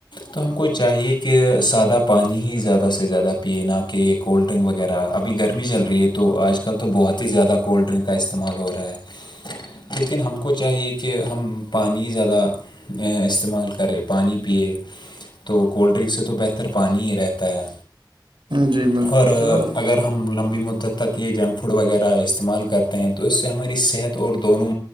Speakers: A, on the left; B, on the right.
A: تو ہم کو چاہیے کہ سادہ پانی ہی زیادہ سے زیادہ پیے نہ کہ یہ کولڈ ڈرنک وغیرہ ابھی گرمی چل رہی ہے تو آج کل تو بہت ہی زیادہ کولڈ ڈرنگک کا استعمال ہو رہا ہے لیکن ہم کو چاہیے کہ ہم پانی زیادہ استعمال کرے پانی پیئے تو کولڈ ڈرنک سے تو بہتر پانی ہی رہتا ہے
B: جی بالکل
A: اور
B: چلو
A: اگر ہم لمبی مدت تک یہ جنک فوڈ وغیرہ استعمال کرتے ہیں تو اس سے ہماری صحت اور دونوں